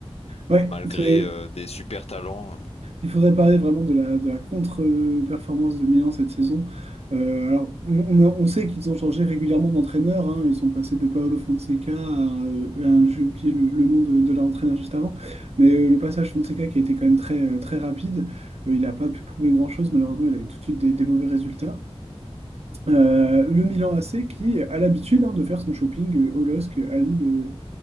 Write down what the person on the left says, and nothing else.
malgré
euh, des super talents.